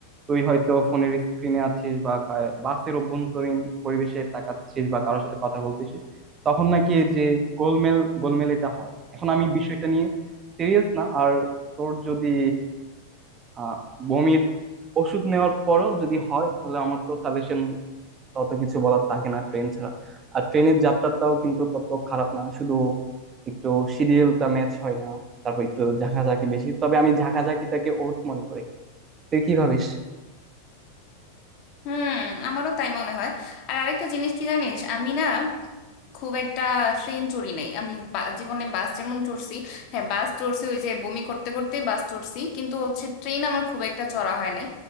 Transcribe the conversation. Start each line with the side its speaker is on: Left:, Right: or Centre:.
Right: তুই হয়তো ফোনের স্ক্রিনে আছিস বা কা- বাসের অভ্যন্তরীণ পরিবেশে তাকাচ্ছিস বা কারোর সাথে কথা বলতেছিস তখন নাকি এই যে গোলমেল গোলমেল এটা হয় এখন আমি বিষয়টা নিয়ে সিরিয়াস না আর তোর যদি আহ বমির ওষুধ নেওয়ার পরেও যদি হয় তাহলে আমার তো সাজেশন তত কিছু বলার থাকে না ট্রেন ছাড়া আর ট্রেনের যাত্রাটাও কিন্তু তত খারাপ না শুধু একটু শিডিউলটা ম্যাচ হয় না তারপর একটু ঝাঁকাঝাঁকি বেশি তবে আমি ঝাঁকাঝাঁকিটাকে ওর্ট মনে করি তুই কি ভাবিস
Left: হুম আমারও তাই মনে হয় আর আরেকটা জিনিস কি জানিস আমি না খুব একটা ট্রেন চড়ি নাই আমি বা- জীবনে বাস যেমন চড়ছি হ্যাঁ বাস চড়ছি ওই যে বমি করতে করতে বাস চড়ছি কিন্তু হচ্ছে ট্রেন আমার খুব একটা চড়া হয় নাই